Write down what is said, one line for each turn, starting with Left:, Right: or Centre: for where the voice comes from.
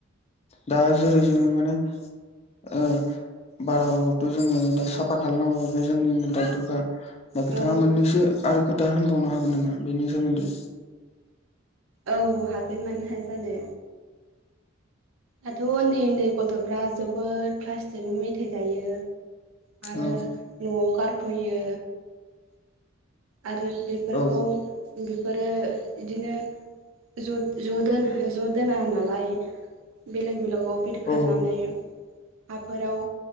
Left: दा जेरै जोंङो माने ओ बारावथ' जोङो दा साफा खालामनांगौ बे जोंनिनो दायथ'खा। दा बिथाङा
Right: औ
Left: मोननैसो आरो खोथा होनबावनो हागोन नामा बेनि सोमोन्दै?
Right: औ हागोन मानो हाय जानो। दाथ' उन्दै उन्दै गथ'फ्रा जोबोद फ्लास्टिक मिथाइ जायो। आरो
Left: औ
Right: न'आव गारफैयो। आरो बेफोरखौ
Left: औ
Right: बेफोरो इदिनो जुद ज' दोना नालाय बेलेग बेलेगआव बिरखारनानै
Left: औ
Right: हाफोराव